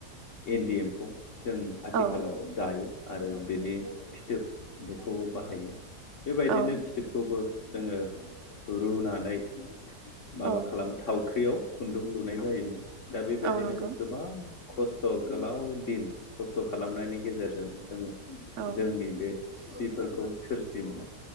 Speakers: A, on the left; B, on the right.
A: इन्दि एमफौ जों आथिखालाव
B: औ
A: जायो आरो बेनि फिथोब बेखौबो बाहायो बेबायदिनो
B: औ
A: फिथोबखौबो जोङो रुनानै माबा
B: औ
A: खालाम थावख्रियाव खुन्दुं लुनाय जायोमोन दा बेबायदिनो
B: औ नंगौ
A: गोबां। खस्थ' गोलाव दिन खस्थ' खालामनायनि गेजेरजों जोङो
B: औ
A: जोंनि बे सिफोरखौ सोरजिदोंमोन